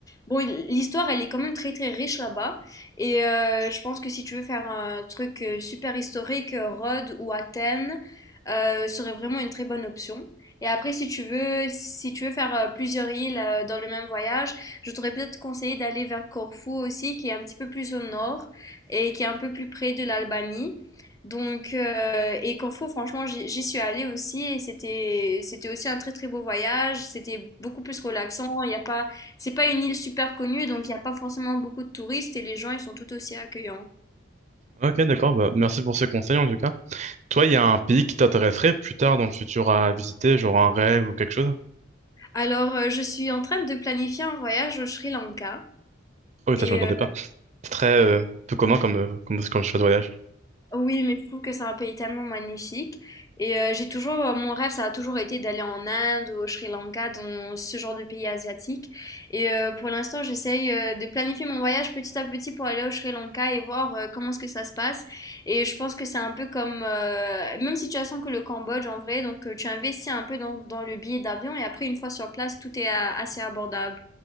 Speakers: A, on the left; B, on the right.
A: bon, il- l'histoire elle est quand même très très riche là-bas et euh, je pense que si tu veux faire un truc euh, super historique, euh, Rhodes ou Athènes euh, serait vraiment une très bonne option. Et après, si tu veux, si tu veux faire euh, plusieurs îles euh, dans le même voyage, je t'aurais peut-être conseillé d'aller vers Corfou aussi, qui est un petit peu plus au nord et qui est un peu plus près de l'Albanie. Donc, euh, et Corfou, franchement, j'y j'y suis allée aussi et c'était c'était aussi un très très beau voyage. C'était beaucoup plus relaxant. Il y a pas, c'est pas une île super connue, donc il n'y a pas forcément beaucoup de touristes et les gens ils sont tout aussi accueillants.
B: Ok, d'accord. Bah, merci pour ce conseil, en tout cas. Toi, il y a un pays qui t'intéresserait plus tard dans le futur à visiter, genre un rêve ou quelque chose?
A: Alors, euh, je suis en train de planifier un voyage au Sri Lanka
B: Oh oui,
A: et
B: ça, je m'attendais
A: euh,
B: pas. C'est très euh, peu commun comme, euh, comme, comme choix de voyage.
A: Oui, mais je trouve que c'est un pays tellement magnifique. Et euh, j'ai toujours, euh, mon rêve, ça a toujours été d'aller en Inde, au Sri Lanka, dans ce genre de pays asiatiques. Et euh, pour l'instant, j'essaye euh, de planifier mon voyage petit à petit pour aller au Sri Lanka et voir euh, comment est-ce que ça se passe. Et je pense que c'est un peu comme, euh, même situation que le Cambodge en vrai. Donc euh, tu investis un peu dans, dans le billet d'avion et après, une fois sur place, tout est euh, assez abordable.